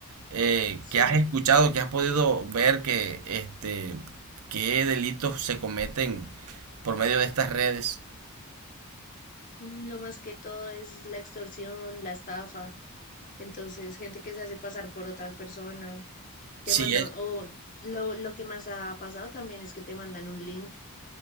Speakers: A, on the right; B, on the left.
A: eh,
B: Sí.
A: que has escuchado, que has podido ver que este, qué delitos se cometen por medio de estas redes.
B: Mm, Lo más que todo es la extorsión, la estafa. Entonces, gente que se hace pasar por otra persona, te
A: Sí,
B: mandan,
A: es,
B: o lo, lo que más ha pasado también es que te mandan un link